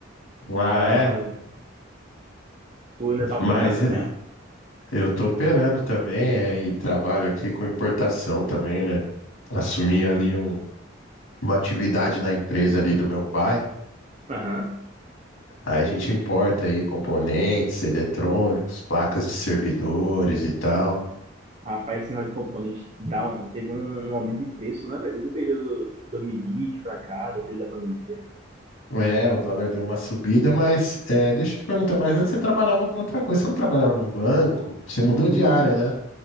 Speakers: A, on the right; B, on the left.
A: A gente
B: Ah,
A: tava
B: é?
A: fazendo. Tu ainda tá operando
B: Mas é,
A: também?
B: eu tô operando também, é, e trabalho aqui com importação também, né? Assumi ali um- uma atividade na empresa ali do meu pai.
A: Aham.
B: Aí a gente importa aí componentes eletrônicos, placas de servidores e tal.
A: Rapaz, sinal de componentes dá um, teve um, um aumento de preço, na verdade, do período 2020 para cá, do período da pandemia.
B: É, o dólar deu uma subida, mas é, deixa eu te perguntar, mas antes você trabalhava com outra coisa, você não trabalhava num banco? Você mudou de
A: E
B: área,
A: isso
B: né?